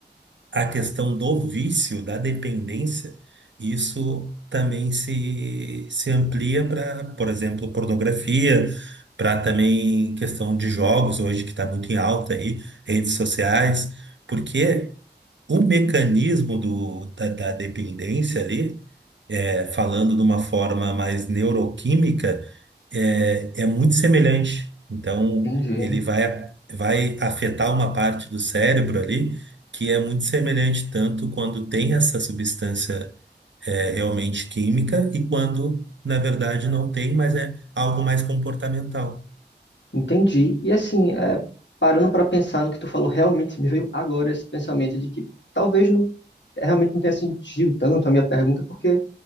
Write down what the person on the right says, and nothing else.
a questão do vício, da dependência, isso também se, se amplia para, por exemplo, pornografia, para também questão de jogos hoje que está muito em alta aí, redes sociais, porque o mecanismo do, da, da dependência ali, é, falando de uma forma mais neuroquímica, é, é muito semelhante. Então,
ele vai, vai afetar uma parte do cérebro ali que é muito semelhante, tanto quando tem essa substância, é, realmente química e quando, na verdade, não tem, mas é algo mais comportamental.